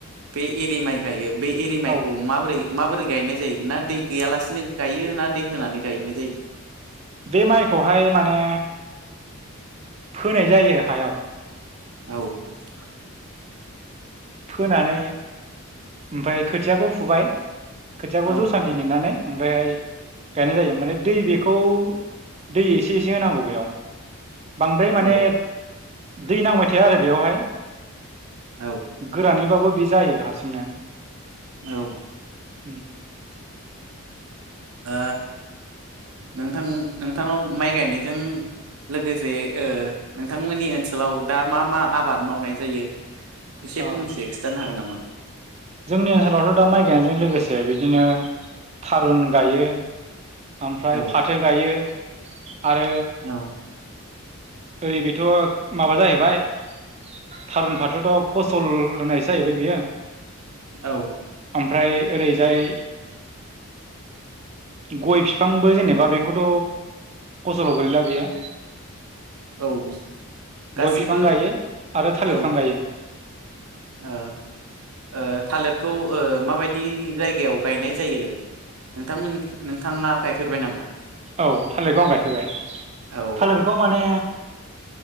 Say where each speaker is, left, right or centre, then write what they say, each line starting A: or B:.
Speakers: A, on the right (about 85°); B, on the right (about 30°).
A: बे एरिमाइ गायो बे एरिमाइखौ
B: औ
A: माबोरै माबोरै गायनाय जायो ना दै गैयालासिनो गायो ना दै होनानै गायनाय जायो
B: बे माइखौहाय माने फोनाय जायो हायाव
A: औ <inaudible>
B: फोनानै ओमफ्राय खोथियाखौ फुबाय खोथियाखौ
A: औ
B: जसान्दि नेनानै ओमफ्रायहाय गायनाय जायो माने दै बेखौ दै एसे एसे होनांगौ बेयाव बांद्राय
A: औ
B: माने दै नांबाय थाया आरो बेयावहाय
A: औ
B: गोरानैबाबो बे जायो हारसिंनो
A: औ
B: उम <inaudible>
A: ओ नोंथां नोंथांआव माइ गायनायजों लोगोसे ओ नोंथांमोननि ओनसोलाव दा मा मा आबाद मावनाय जायो इसे
B: औ
A: फंनैसो खिथानो हागोन नामा
B: जोंनि ओनसोलावथ' दा माइ गायनायजों लोगोसे बिदिनो थारुन गायो। ओमफ्राय
A: औ
B: फाथो गायो। आरो
A: औ
B: ओरै बेथ' माबा जाहैबाय थारुन फाथोथ' फसल होनायसो जाहैबाय बियो
A: औ
B: ओमफ्राय ओरैजाय गय बिफांबो जेनेबा बेखौथ' फसलाव गोलैला बियो
A: औ गासैबो
B: गय बिफां गायो आरो थालिर
A: औ
B: बिफां गायो।
A: ओ ओ थालिरखौ ओ माबायदि जायगायाव गायनाय जायो? नोंथांमोननि नोंथाङा गायफेरबाय नामा?
B: औ थालिरखौ आं गायफेरबाय
A: औ
B: थालिरखौ माने